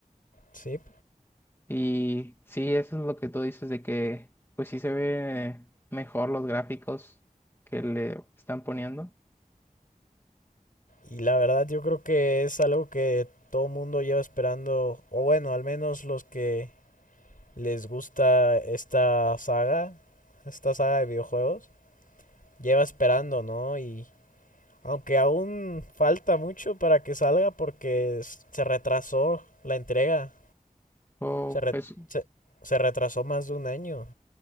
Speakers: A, on the left; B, on the left.
A: Sí,
B: Y sí, eso es lo que tú dices de que, pues sí se ve mejor los gráficos que le están poniendo.
A: y la verdad yo creo que es algo que todo mundo lleva esperando, o bueno, al menos los que les gusta esta saga, esta saga de videojuegos, lleva esperando, ¿no? Y Aunque aún falta mucho para que salga porque s- se retrasó la entrega.
B: O
A: Se, re-
B: pues,
A: se- se retrasó más de un año.